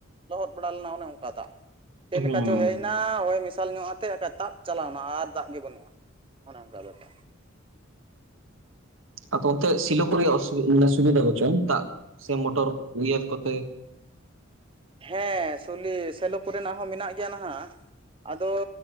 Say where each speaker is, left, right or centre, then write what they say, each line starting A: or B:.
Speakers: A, on the right; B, on the right.
A: ᱞᱚᱦᱚᱫ ᱵᱟᱲᱟ ᱞᱮᱱᱟ ᱚᱱᱮ ᱚᱝᱠᱟ ᱫᱟᱜ᱾ ᱪᱮᱜ
B: ᱦᱩᱸ
A: ᱞᱮᱠᱟ ᱪᱚ ᱦᱮᱡ ᱱᱟ ᱦᱚᱭ ᱢᱮᱥᱟᱞ ᱧᱚᱜ ᱟᱛᱮᱜ ᱛᱟᱵ ᱪᱟᱞᱟᱣ ᱮᱱᱟ ᱟᱨ ᱫᱟᱜ ᱜᱮ ᱵᱟᱹᱱᱩᱜ-ᱟ᱾ ᱚᱱᱮ ᱚᱝᱠᱟ ᱵᱮᱯᱟᱨ᱾
B: ᱟᱫᱚ ᱚᱱᱛᱮ ᱥᱤᱞᱳ ᱠᱚᱨᱮᱭᱟᱜ ᱚᱥᱩ ᱱᱮ ᱥᱩᱵᱤᱫᱷᱟ ᱵᱟᱪᱩᱜ-ᱟ ᱫᱟᱜ ᱥᱮ ᱢᱚᱴᱚᱨ ᱩᱭᱟᱨ ᱠᱚᱛᱮ?
A: ᱦᱮᱸ ᱥᱩᱞᱤ ᱥᱮᱞᱳ ᱠᱚᱨᱮᱱᱟᱜ ᱦᱚᱸ ᱢᱮᱱᱟᱜ ᱜᱮᱭᱟ ᱱᱟᱦᱟᱜ, ᱟᱫᱚ